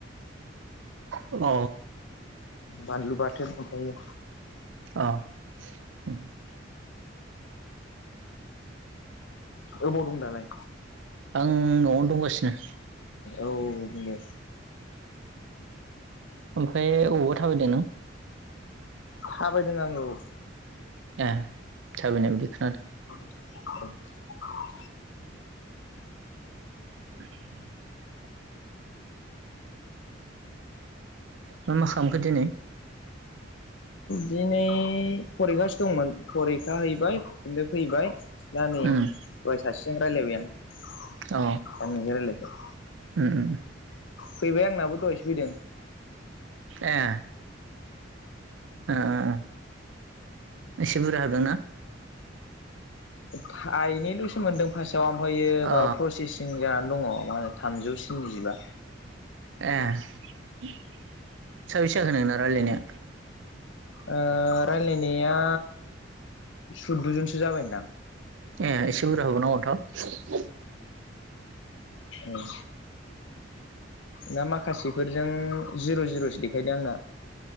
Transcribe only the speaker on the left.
बानलु बा थोन ओमफ्रायो।
ओबाव दं दालाय?
औ बेनो
थाबायदों आङो औ।
औ <unintelligible>
दिनै फरिखासो दंमोन। फरिखा हैबाय बे फैबाय। दा नै दहाय
सासे जों रायलायबाय आं। दा
नोंजों रायलायबाय।
फैबाय आंनाबो दहायसो फैदों।
थाइनैल'सो मोन्दों फार्स् आव ओमफायो
माबा प्रसेसिं जानानै दङ' मा होनो थामजौ सि द'जिबा
ओ रायलायनाया सुद'जनसो जाबायहोनदां।
औ। ना माखासेफोरजों जिर' जिर'सो देखायदों आंना।